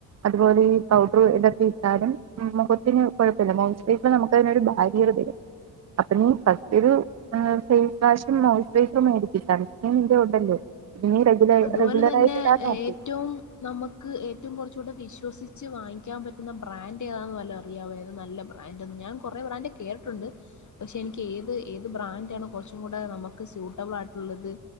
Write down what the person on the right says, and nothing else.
അതുപോലെ ഈ പൗഡർ ഇതൊക്കെ ഇട്ടാലും ഉം മുഖത്തിന് കൊഴപ്പല്ല മോയിസ്ഡ്റൈസർ നമുക്കതിന് ഒരു ഭാര്യർ തരും അപ്പൊ നീ ഫസ്റ്റ് ഒരു ഏഹ് ഫേസ് വാഷും മോയിസ്ഡ്റൈസറും മേടിക്ക് സൺസ്ക്രീൻ നിന്റെ ഉണ്ടല്ലോ. ഇന് റെഗുല
റെഗുലറായിട്ട്
ഇടാൻ നോക്ക്